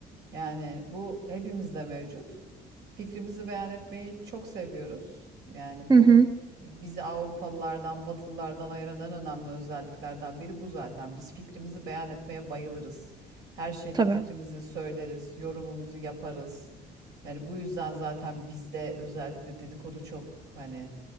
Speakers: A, on the right; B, on the right.
A: Yani bu hepimizde mevcut. Fikrimizi beyan etmeyi çok seviyoruz. Yani bu
B: Hı hı.
A: bizi Avrupalılardan, Batılılardan ayıran en önemli özelliklerden biri bu zaten. Biz fikrimizi beyan etmeye bayılırız. Her şeyde
B: Tabii.
A: fikrimizi söyleriz, yorumumuzu yaparız. Yani bu yüzden zaten bizde özellikle dedikodu çok hani